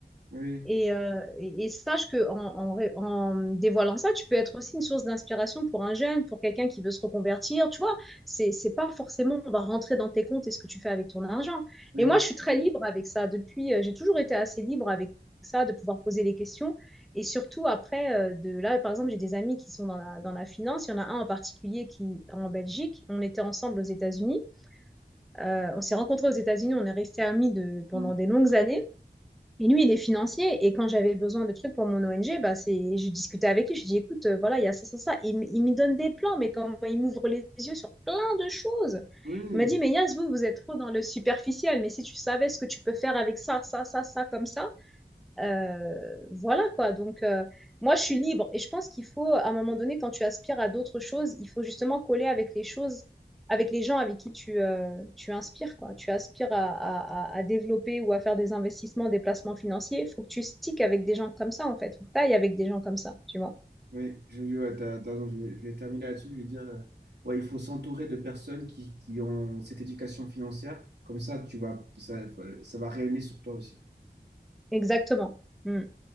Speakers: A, on the right; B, in the centre.
A: oui,
B: Et, euh, et, et sache que en, en, en dévoilant ça, tu peux être aussi une source d'inspiration pour un jeune, pour quelqu'un qui veut se reconvertir. Tu vois, c'est c'est pas forcément on va rentrer dans tes comptes et ce que tu fais avec ton argent.
A: oui.
B: Et moi, je suis très libre avec ça. Depuis, euh, j'ai toujours été assez libre avec ça, de pouvoir poser les questions. Et surtout après, euh, de là, par exemple, j'ai des amis qui sont dans la dans la finance. Il y en a un en particulier qui en Belgique. On était ensemble aux États-Unis. Euh, on s'est rencontrés aux États-Unis. On est restés amis de pendant
A: Mhm.
B: des longues années. Et lui, il est financier. Et quand j'avais besoin de trucs pour mon ONG, bah c'est, je discutais avec lui. Je dis, écoute, euh, voilà, il y a ça, ça, ça. Il, m- il me donne des plans, mais comment il m'ouvre les yeux sur plein de choses.
A: Oui.
B: Il m'a dit, mais Yas, vous, vous êtes trop dans le superficiel. Mais si tu savais ce que tu peux faire avec ça, ça, ça, ça, comme ça, euh, voilà quoi. Donc, euh, moi, je suis libre et je pense qu'il faut, à un moment donné, quand tu aspires à d'autres choses, il faut justement coller avec les choses, avec les gens avec qui tu, euh, tu inspires quoi. Tu aspires à, à- à- à développer ou à faire des investissements, des placements financiers. Il faut que tu sticks avec des gens comme ça en fait. Faut que t'ailles avec des gens comme ça, tu vois.
A: Oui, je, je- ouais, t'as, t'as raison, je, vais je vais terminer là-dessus. Je vais dire, euh, ouais, il faut s'entourer de personnes qui, qui ont cette éducation financière. Comme ça, tu vas, ça, ça va rayonner sur toi aussi.
B: Exactement. Mm.